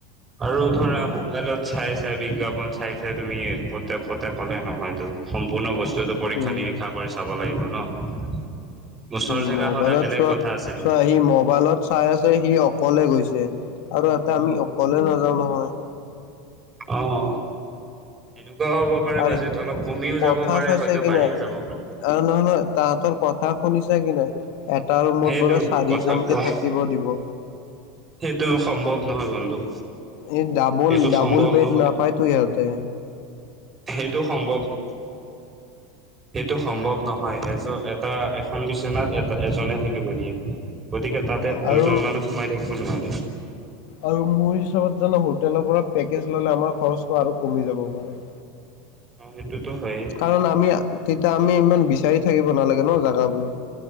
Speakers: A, on the right (about 20°); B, on the left (about 65°).
A: আৰু ধৰা মোবাইলত চাইছে বিজ্ঞাপন চাইছে তুমি ফ'তে, ফ'তে ক'লে নহয়তো। সম্পূৰ্ণ বস্তুটো পৰীক্ষা
B: উম
A: নিৰীক্ষা কৰি চাব লাগিব ন। ওচৰ
B: উম,
A: জেগা
B: মোবাইলত
A: হলে বেলেগ
B: চোৱা,
A: কথা আছিলে
B: চোৱা আহি মোবাইলত চাই আছে সি অকলে গৈছে আৰু ইয়াতে আমি অকলে নাযাও নহয়।
A: অঁ'। এনেকুৱাও হ'ব পাৰে
B: আৰু
A: বাজেট
B: সি
A: অলপ কমিও
B: কথা
A: যাব পাৰে
B: চাইছে
A: হয়তো
B: কি
A: বাঢ়িও
B: নাই
A: যাব পাৰে।
B: আৰু নহয় নহয় তাহাঁতৰ কথা শুনিছা কি নাই? এটা ৰুমত
A: সেইটো
B: বোলে চাৰি
A: কথা
B: জনকে
A: কোৱা
B: থাকিব দিব।
A: সেইটো সম্ভৱ নহয় বন্ধু।
B: এইত ডাবল
A: সেইটো সম্ভৱ
B: ডাবল বেড
A: নহয়
B: নাপাই তো ইয়াতে।
A: সেইটো সম্ভৱ <unintelligible> সেইটো সম্ভৱ নহয়, এজ এটা এখন বিচনাত এটা এজনে থাকিব দিয়ে। গতিকে তাতে
B: অ
A: দুজন
B: আৰু
A: মানুহ সোমাই থাকিব নোৱাৰে।
B: আৰু মোৰ হিচাপত জানো হোটেলৰ পেকেজ ল'লে আমাৰ খৰচটো আৰু কমি যাব পাৰে।
A: অঁ, সেইটোতো হয়ে।
B: কাৰণ আমি তেতিয়া আমি ইমান বিচাৰি থাকিব নালাগে ন' জাগাবোৰ।